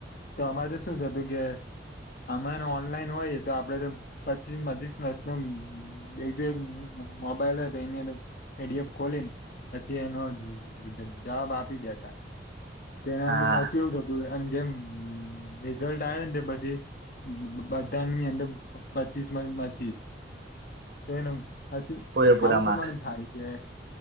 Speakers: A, on the left; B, on the right.
A: તો અમારે શું થતું તું કે અમારે ઓનલાઈન હોય તો આપણે તો પચીસ પચીસ પ્રશ્નો બીજો એક મોબાઈલ હોય તો એની અંદર પીડીએફ ખોલીને પછી એનો જવાબ આપી દેતા. તેના
B: હા
A: નામ તો પાછી એવું અને જેમ રિઝલ્ટ આવ્યું ને પછી બધાની અંદર પચીસ માંથી પચીસ તો એને પછી
B: પૂરેપૂરા
A: આવું પ્રમાણે
B: માર્ક્સ
A: થાય છે કે